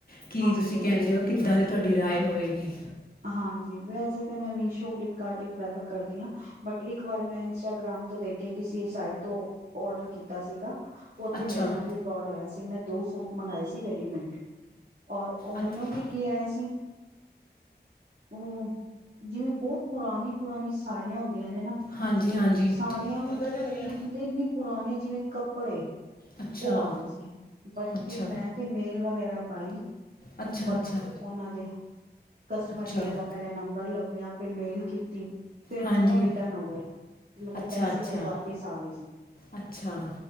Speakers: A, on the left (about 55°); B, on the right (about 55°).
A: ਕੀ
B: ਹਾਂਜੀ
A: ਤੁਸੀਂ
B: ਹਾਂਜੀ
A: ਕਹਿੰਦੇ ਹੋ ਕਿੱਦਾਂ ਤੁਹਾਡੀ ਰਾਏ ਹੋਏਗੀ।
B: ਹਾਂਜੀ ਵੈਸੇ ਤਾਂ ਮੈਂ ਮੀਸ਼ੋ ਕਟੀ ਪੈਪਰ। ਕਰਦੀ ਹਾਂ ਬਟ ਇੱਕ ਵਾਰ ਮੈਂ ਇੰਸਟਾਗ੍ਰਾਮ ਤੋਂ ਦੇਖ ਕੇ ਕਿਸੇ ਸਾਈਟ ਤੋਂ ਆਡਰ ਕੀਤਾ ਸੀਗਾ। ਉੱਥੇ
A: ਅੱਛਾ
B: ਮੇਰੇ ਨਾਲ ਵੀ ਫਰੋਡ ਹੋਇਆ ਸੀ, ਮੈਂ ਦੋ ਸੂਟ ਮੰਗਵਾਏ ਸੀ ਰੈਡੀਮੇਡ। ਔਰ ਉਹ ਮੰਨੋਗੇ
A: ਅੱਛ-
B: ਕੀ ਆਇਆ ਸੀ। ਉਹ। ਜਿਵੇਂ ਬਹੁਤ ਪੁਰਾਣੀ ਪੁਰਾਣੀ ਸਾੜੀਆਂ ਹੁੰਦੀਆਂ, ਨੇ ਨਾ।
A: ਹਾਂਜੀ ਹਾਂਜੀ
B: ਸਾੜੀਆਂ ਵੀ
A: ਥੱਲੇ ਚੱਲ ਗਿਆ
B: ਮਤਲਬ ਇੰਨੀ ਪੁਰਾਣੀ। ਜਿਵੇਂ ਕੱਪੜੇ
A: ਅੱਛਾ
B: ਉਹ ਆ ਗਏ ਸੀ, ਬਟ
A: ਅੱਛਾ
B: ਫਿਰ ਮੈਂ ਤੇ ਮੇਲ ਵਗੈਰਾ ਪਾਈ,
A: ਅੱਛਾ
B: ਉੱਪਰ
A: ਅੱਛਾ
B: ਉਹਨਾਂ ਦੇ ਕਸਟਮਰ
A: ਅੱਛਾ
B: ਕੇਅਰ ਦਾ ਪਹਿਲੇ ਨੰਬਰ ਲੱਭਿਆ। ਫਿਰ ਮੇਲ ਕੀਤੀ। ਫਿਰ ਮੈਨੂੰ
A: ਹਾਂਜੀ
B: ਉਹ ਰਿਟਰਨ ਹੋ ਗਏ, ਮਤਲਬ
A: ਅੱਛਾ
B: ਪੈਸੇ
A: ਅੱਛਾ
B: ਮੇਰੇ ਵਾਪਿਸ ਆ ਗਏ ਸੀ।
A: ਅੱਛਾ